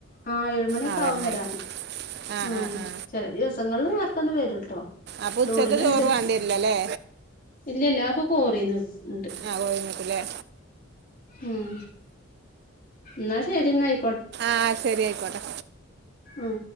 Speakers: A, on the left; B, on the right.
A: ആഹ് ഏഴുമണിഒക്കെ
B: ആ വരണേ
A: ആവും വരാന്
B: ആ
A: ഉം
B: ആ ആ
A: ചെല ദിവസങ്ങൾല് നേര് ത്തങ്ങട്‌ വരൂട്ടോ
B: അപ്പോൾ
A: ലോഡിനനുസരിച്ച്
B: ഉച്ചക്ക് ചോറ് വേണ്ടി വരില്ല അല്ലേ
A: ഇല്ലല്ല കു- കോറീന്ന് ഉണ്ട്
B: ആഹ് കോറീന്ന് കൊടുക്കുല്ലേ
A: ഉം ന്നാ ശരിന്നായി
B: ആഹ് ശരി അയിക്കോട്ടെ
A: ഉം